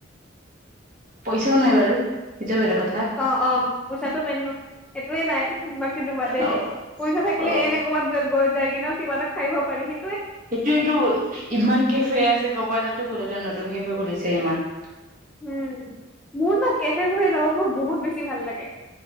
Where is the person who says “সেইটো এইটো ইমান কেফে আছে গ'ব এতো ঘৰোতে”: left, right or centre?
Right